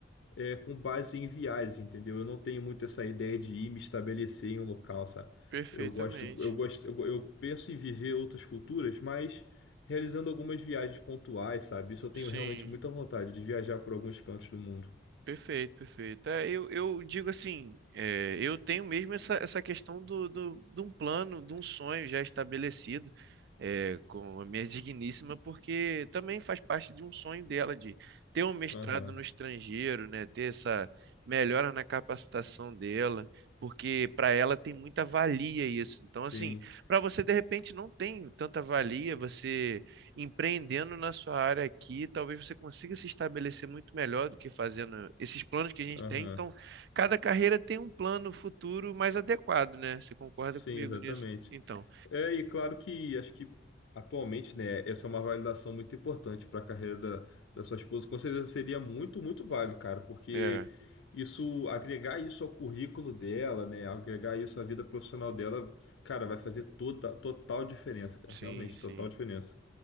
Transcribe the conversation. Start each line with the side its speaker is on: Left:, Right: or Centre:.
Left: é, com base em viagens, entendeu? Eu não tenho muito essa ideia de ir me estabelecer em um local, sabe?
Right: Perfeitamente.
Left: Eu gosto, eu gosto, eu, eu penso em viver outras culturas, mas realizando algumas viagens pontuais, sabe? Isso eu tenho
Right: Sim,
Left: realmente muita vontade de viajar por alguns cantos do mundo.
Right: perfeito, perfeito. É, eu, eu digo assim, é, eu tenho mesmo essa, essa questão do, do, de um plano, de um sonho já estabelecido é, com a minha <laughs> digníssima, porque também faz parte de um sonho dela de ter um mestrado
Left: Aham,
Right: no estrangeiro, né, ter essa melhora na capacitação dela, porque para ela tem muita valia isso. Então, assim,
Left: sim,
Right: para você de repente não tem tanta valia, você empreendendo na sua área aqui, talvez você consiga se estabelecer muito melhor do que fazendo esses planos que a gente
Left: aham,
Right: tem. Então, cada carreira tem um plano futuro mais adequado, né? Você concorda
Left: sim,
Right: comigo
Left: exatamente.
Right: nisso? Então,
Left: É, e claro que acho que atualmente, né, essa é uma validação muito importante para a carreira da, da sua esposa. Com certeza seria muito, muito válido, cara, porque
Right: é,
Left: isso, agregar isso ao currículo dela, né, agregar isso à vida profissional dela, cara, vai fazer toda, total diferença, cara,
Right: sim,
Left: realmente,
Right: sim.
Left: total diferença.